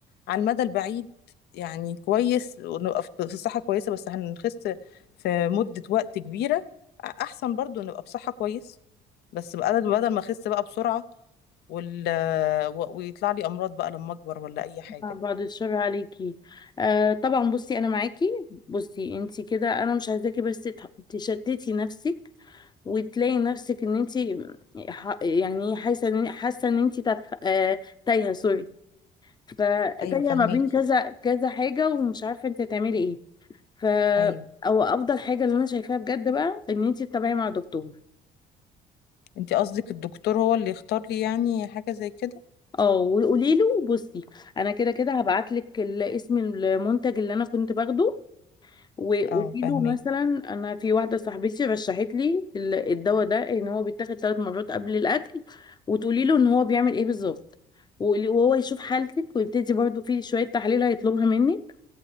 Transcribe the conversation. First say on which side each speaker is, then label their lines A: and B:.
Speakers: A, on the left; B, on the left.
A: على المدى البعيد يعني كويس ونبقى في في صحة كويسة بس هنخس في مدة وقت كبيرة أحسن برضو نبقى بصحة كويسة بس بدل بدل ما اخس بقى بسرعة وال... و- ويطلع لي امراض بقى لما اكبر ولا اي حاجة
B: بعد الشر عليكي آه طبعا بصي انا معاكي بصي انت كده انا مش عايزاكي بس تح- تشتتي نفسك وتلاقي نفسك ان انت ح- يعني حاسه ان حاسه ان انت تف... آه... تايهه سوري فتايه
A: ايوه فهميكي
B: ما بين كذا كذا حاجه ومش عارفه انت هتعملي ايه ف
A: ايوه
B: او افضل حاجه اللي انا شايفاها بجد بقى ان انت تتابعي مع دكتور
A: انت قصدك الدكتور هو اللي يختار لي يعني حاجة زي كده
B: اه وقولي له بصي انا كده كده هبعت لك اسم المنتج اللي انا كنت باخده وقولي
A: اه فهميكي
B: له مثلا انا في واحده صاحبتي رشحت لي ال- الدواء ده ان هو بيتاخد ثلاث مرات قبل الاكل وتقولي له ان هو بيعمل ايه بالظبط وقولي- وهو يشوف حالتك ويبتدي برضو في شويه تحاليل هيطلبها منك